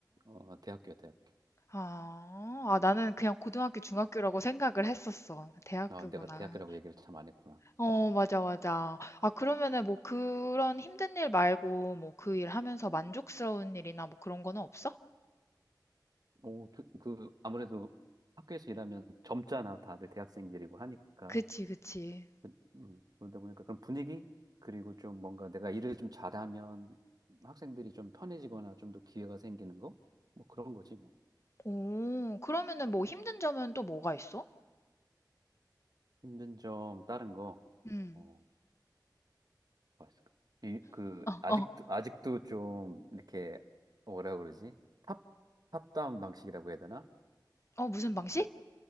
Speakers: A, on the right (about 55°); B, on the left (about 40°).
A: 어, 대학교야, 대학교.
B: 아, 아, 나는 그냥 고등학교, 중학교라고 생각을 했었어. 대학교구나.
A: 아, 내가 대학교라고 얘기를 참 안 했구나.
B: 어 맞아, 맞아. 아 그러면은 뭐 그런 힘든 일 말고 뭐 그 일 하면서 만족스러운 일이나 뭐 그런 거는 없어?
A: 오, 그, 그 아무래도 학교에서 일하면 젊잖아. 다들 대학생들이고 하니까.
B: 그치, 그치.
A: 그, 음, 그러다 보니까 그런 분위기 그리고 좀 뭔가 내가 일을 좀 잘하면 학생들이 좀 편해지거나 좀 더 기회가 생기는 거? 뭐 그런 거지 뭐.
B: 오, 그러면은 뭐 힘든 점은 또 뭐가 있어?
A: 힘든 점 다른 거.
B: 음.
A: 어. 맛있을까? 이, 그, 아직도,
B: 어,
A: 아직도 좀, 이렇게, 뭐라 그러지? 탑, 탑다운 방식이라고 해야 되나?
B: 어 무슨 방식?
A: 그러니까